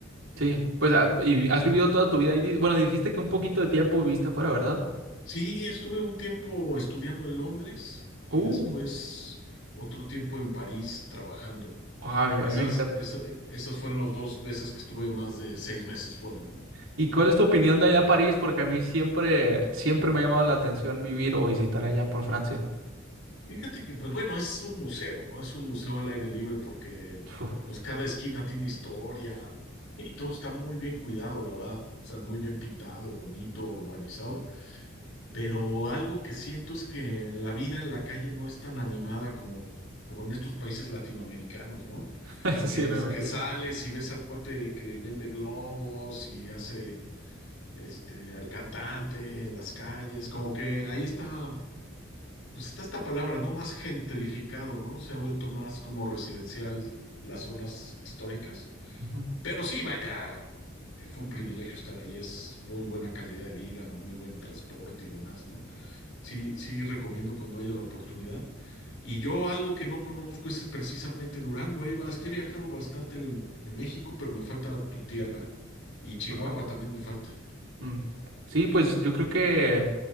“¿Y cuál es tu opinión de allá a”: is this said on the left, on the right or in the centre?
Right